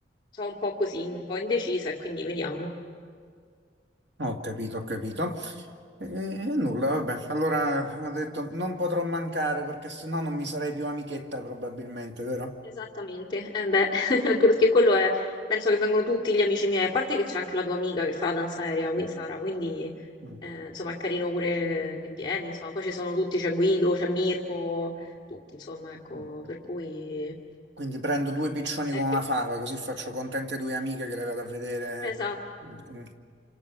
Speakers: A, on the left; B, on the right.
A: Sono un po' così, un po' indecisa e quindi vediamo.
B: Ho capito, ho capito. E nulla, vabbè. Allora ho detto non potrò mancare perché sennò non mi sarei più amichetta probabilmente, vero?
A: Esattamente, eh beh, <laughs> anche perché quello è, penso che vengono tutti gli amici miei, a parte che c'è anche la tua amica che fa la danza aerea, quindi Sara, quindi
B: Mm.
A: Eh, insomma, è carino pure che vieni, insomma, poi ci sono tutti, c'è Guido, c'è Mirko, tutti, insomma, ecco,
B: mm.
A: per cui... eh,
B: Quindi prendo due piccioni
A: eh,
B: con una fava, così faccio contente due amiche che le vado a vedere.
A: esatto.
B: Mm. mm.